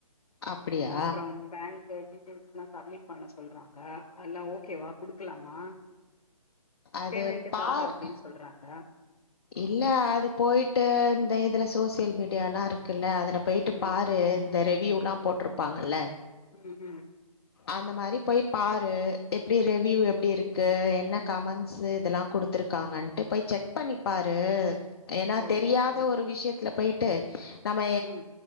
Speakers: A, on the left; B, on the left.
A: அப்டியா
B: அப்பறம் பேங்க் கு டீட்டெய்ல்ஸ்லா சப்மிட் பண்ண சொல்றாங்க அதுலா ஓகேவா குடுக்கலாமா
A: அது
B: பேமெண்ட்டுக்காக
A: பார்
B: அப்டின்னு சொல்றாங்க
A: இல்ல அது போய்ட்டு இந்த இதுல சோசியல் மீடியா ல்லா இருக்குல்ல அதுல பொய்ட்டு
B: ம்
A: பாரு இந்த ரே வ்யூலா போட்ருப்பாங்கல்ல
B: ம் ம்
A: அந்த மாரி போய் பாரு எப்டி ரேவ்யூ எப்டி இருக்கு என்ன கமண்ட்ஸு இதெல்லா குடுத்துருக்காங்கன்ட்டு போய் செக் பண்ணிப்பாரு ஏன்னா
B: ஓ
A: தெரியாத ஒரு விஷயத் துல போய்ட்டு நம்ம
B: ம்